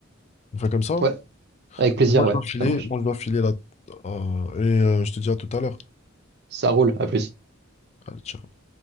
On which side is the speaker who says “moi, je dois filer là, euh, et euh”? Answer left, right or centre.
Left